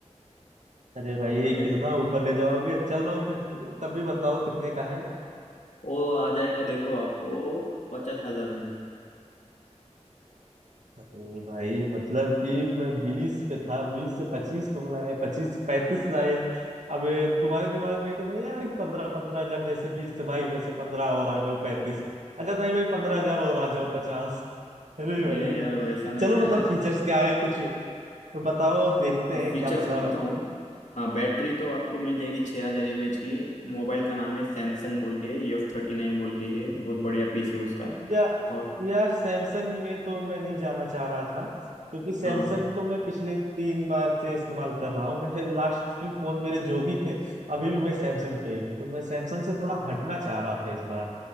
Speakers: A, on the right; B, on the left.
A: अरे भाई
B: बजट
A: कितना ऊपर ले जाओगे चलो फिर तब भी बताओ कितने का है
B: वो आ जाएगा देखो आपको पचास हजार में
A: अरे भाई मतलब कि मैं बीस पे था बीस से पच्चीस तुम लाए पच्चीस से पैंतीस लाए अब ये तुम्हारे दिमाग में ये तो नहीं है पंद्रह पंद्रह हजार जैसे बीस से भाई वैसे पंद्रह और आ जाओ पैंतीस अच्छा नहीं भाई पंद्रह हजार और आ जाओ पचास <laughs> अरे
B: नहीं
A: भाई
B: नहीं यार वैसा नहीं
A: चलो
B: है
A: मतलब
B: <laughs>
A: फीचर्स क्या है कुछ बताओ देखते
B: हाँ
A: हैं
B: फीचर्स
A: क्या पता
B: बोलता हूँ हाँ बैटरी तो आपको मिल जाएगी 6000 हजार एम एच की मोबाइल का नाम है सैमसंग बोल के एफ थर्टी नाइन बोल के है बहुत बढ़िया पीस है उसका
A: या
B: और
A: यार सैमसंग में तो मैं नहीं जाना चाह रहा था क्योंकि सैमसंग
B: हाँ हाँ
A: तो मैं पिछले तीन बार से इस्तेमाल कर रहा हूँ मेरे लास्ट थ्री फोन मेरे जो भी थे अभी भी मैं सैमसंग पे ही हूँ तो मैं सैमसंग से थोड़ा हटना चाह रहा था इस बार